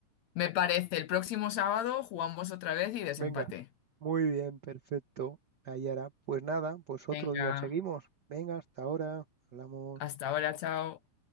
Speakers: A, on the left; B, on the right.
A: Me parece. El próximo sábado jugamos otra vez y desempate.
B: Venga, muy bien, perfecto, Nayara. Pues nada, pues otro
A: Venga,
B: día seguimos. Venga, hasta ahora, hablamos.
A: hasta ahora, chao.